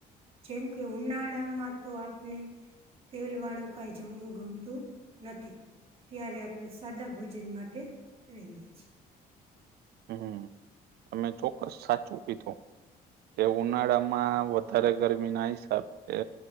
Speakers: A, on the right (about 35°); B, on the right (about 70°).
A: જેમ કે ઉનાળામાં તો આપણે તેલ વાળું કઈ જમવું ગમતું નથી ત્યારે આપણે સાદા ભોજન માટે રહીએ છીએ
B: હમ તમે ચોક્કસ સાચું કીધું કે ઉનાળામાં વધારે ગરમી ના હિસાબ છે